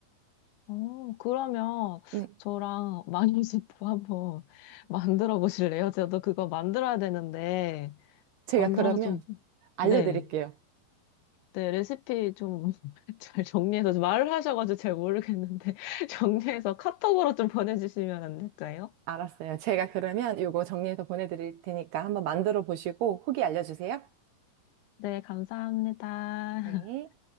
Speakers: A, on the left (about 80°); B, on the right (about 75°).
A: 어, 그러면
B: 네.
A: 저랑 마녀수프 <laughs> 한번 만들어 보실래요? 저도 그거 만들어야 되는데,
B: 제가
A: 만들어서
B: 그러면
A: 좀,
B: 알려드릴게요.
A: 네. 네, 레시피 좀 잘 <laughs> 정리해서 말을 하셔가지고 잘 모르겠는데, <laughs> 정리해서 카톡으로 좀 보내주시면 안 될까요?
B: 알았어요. 제가 그러면 이거 정리해서 보내드릴 테니까 한번 만들어 보시고 후기 알려주세요.
A: 네, 감사합니다.
B: 네.